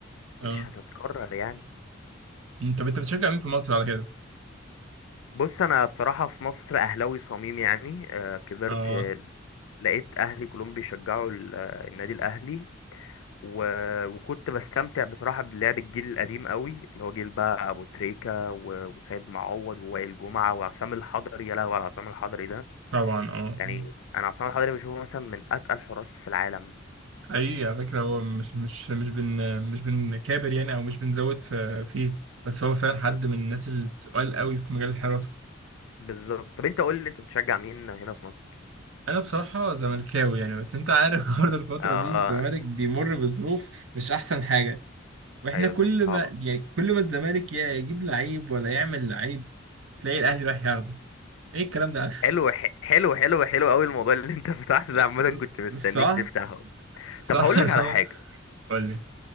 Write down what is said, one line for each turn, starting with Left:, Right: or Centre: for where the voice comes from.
Left: مش
Right: اه
Left: هتتكرر يعني
Right: مم، طب انت بتشجع مين في مصر على كده؟
Left: بص انا بصراحة في مصر اهلاوي صميم يعني آه، كبرت
Right: اه
Left: آه، لقيت اهلي كلهم بيشجعوا ال- آه، النادي الاهلي و- وكنت بستمتع بصراحة بلعب الجيل القديم قوي اللي هو جيل بقى ابو تريكة و- وسيد معوض ووائل جمعة وعصام الحضري يا لهوي على عصام الحضري ده
Right: طبعا اه
Left: يعني
Right: آه.
Left: انا عصام الحضري بشوفه مثلا من اتقل حراس في العالم
Right: حقيقي على فكرة هو مش مش مش بن مش بنكابر يعني او مش بنزود في فيه بس هو فعلا حد
Left: بز-
Right: من الناس اللي بتقال قوي في مجال الحراسة
Left: بالظبط طب انت قول لي انت بتشجع مين هنا في مصر
Right: انا بصراحة زملكاوي يعني بس انت عارف <laughs> برضه الفترة
Left: آه
Right: دي الزمالك بيمر بظروف مش احسن حاجة واحنا
Left: ايوه
Right: كل
Left: ظروف صعبة
Right: ما يعني كل ما الزمالك يا يجيب لعيب ولا يعمل لعيب تلاقي الاهلي رايح ياخده ايه الكلام ده
Left: حلو ح- حلو حلو حلو قوي الموضوع اللي انت فتحته
Right: <laughs>
Left: ده عامة كنت مستنيك
Right: صح
Left: تفتحه
Right: صح
Left: طب هقول
Right: اللي
Left: لك على
Right: هو
Left: حاجة
Right: قول لي